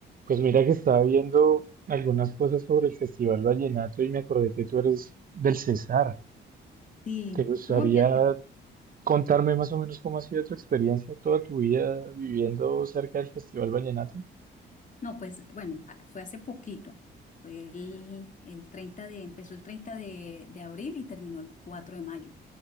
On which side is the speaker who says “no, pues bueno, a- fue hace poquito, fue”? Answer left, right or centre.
Left